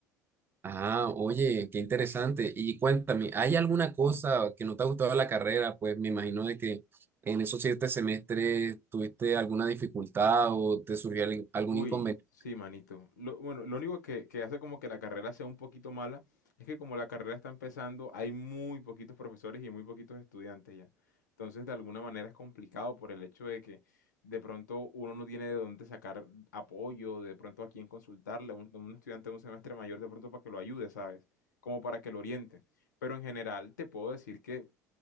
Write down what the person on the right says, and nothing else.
Ah, oye, qué interesante. Y cuéntame, ¿hay alguna cosa que no te ha gustado de la carrera? Pues me imagino de que en esos siete semestres tuviste alguna dificultad o te surgió algún algún
inconveniente.